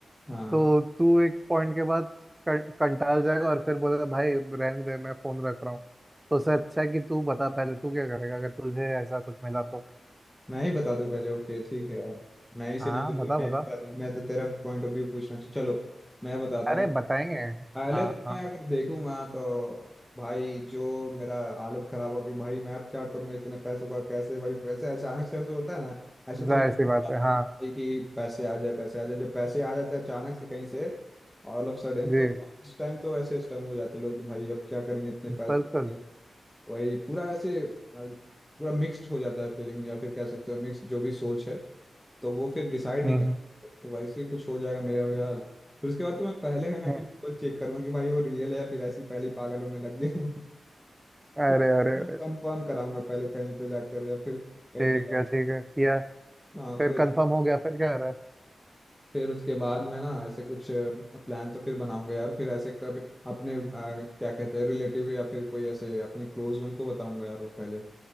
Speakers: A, in the centre; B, on the right (about 15°).
A: हाँ
B: तो तू एक पॉइंट के बाद कं- कंटाल जाएगा और फिर बोलेगा भाई रहने दे मैं फोन रख रहा हूँ तो उससे अच्छा है कि तू बता पहले तू क्या करेगा अगर तुझे ऐसा कुछ मिला तो
A: मैं ही बता दूं पहले ओके ठीक है यार मैं ही सिनेरियो
B: हाँ बता
A: मैं ही
B: बता
A: बता दूं मैं तो तेरा पॉइंट ऑफ व्यू पूछना चाहिए चलो मैं बताता
B: अरे
A: हूँ
B: बताएंगे
A: पहले
B: हाँ
A: तो
B: हाँ
A: मैं अगर देखूंगा तो भाई जो मेरा हालत खराब होगी भाई मैं अब क्या करूंगा इतने पैसों का कैसे भाई वैसे अचानक से ऐसे होता है ना ऐसे तो
B: जाहिर
A: लगता
B: सी बात
A: है
B: है
A: आपको
B: हाँ
A: भाई कि पैसे आ जाए पैसे आ जाए जब पैसे आ जाते हैं अचानक से कहीं से ऑल ऑफ सडन
B: जी
A: तो उस टाइम तो ऐसे स्टम्प हो जाते हैं लोग कि भाई अब क्या करेंगे इतने पैसों
B: बिल्कुल
A: का? वही पूरा ऐसे अ, पूरा मिक्स्ड हो जाता है फीलिंग या फिर कह सकते हो मिक्स जो भी सोच है तो वो फिर डिसाइड
B: हम्म
A: नहीं कर
B: हम्म,
A: सकता। तो वैसे ही कुछ हो जाएगा मेरा भी हाल फिर उसके बाद तो मैं पहले है ना
B: हम्म।
A: कि डबल चेक करूंगा कि भाई वो रियल है या फिर ऐसे ही पहले ही पागल होने लग गया
B: अरे
A: <laughs> तो
B: अरे अरे
A: कंफर्म कराऊंगा पहले कहीं पे जाकर या फिर कहीं
B: ठीक
A: पे जाकर
B: है ठीक है किया
A: हाँ
B: फिर
A: फिर
B: कंफर्म हो गया फिर क्या कर रहा है
A: फिर उसके बाद मैं ना ऐसे कुछ प्लान तो फिर बनाऊंगा यार फिर ऐसे कभी अपने अ, क्या कहते हैं रिलेटिव या फिर कोई ऐसे अपने क्लोज वन को बताऊंगा यार वो पहले